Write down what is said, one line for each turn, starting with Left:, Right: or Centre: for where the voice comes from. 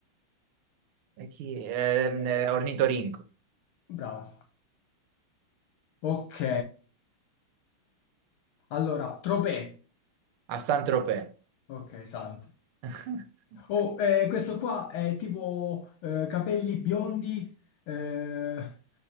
Right: e chi? Ehm,
Left: Eh,
Right: eh, ornitorinco,
Left: bravo. Ok. Allora, Tropé.
Right: a Saint-Tropez.
Left: Ok, santo.
Right: <laughs>
Left: Oh, eh, questo qua è tipo eh, capelli biondi, eh,